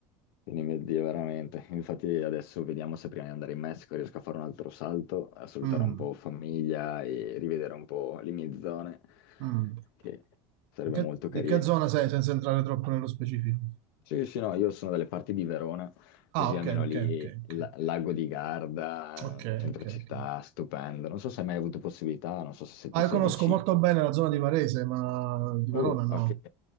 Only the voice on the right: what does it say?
Mm,
mm.
Di che,
di
che zona sei senza entrare troppo nello specifico?
Ah,
ok,
ok,
ok, ok,
ok,
ok.
ok.
Ah, io
conosco
molto bene la zona di Varese, ma di Verona
no.